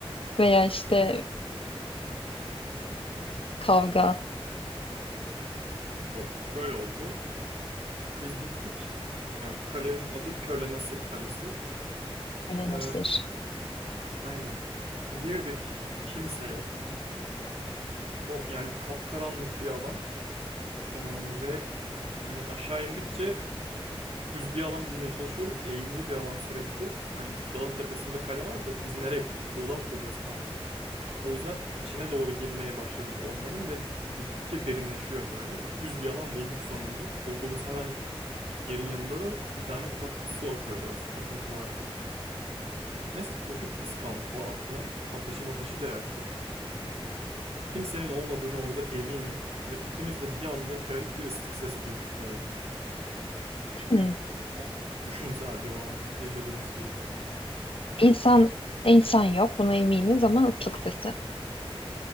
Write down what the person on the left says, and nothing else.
Veya işte kavga,
öyle
nasır.
Hmm.
İnsan, insan yok buna eminiz ama ıslık sesi.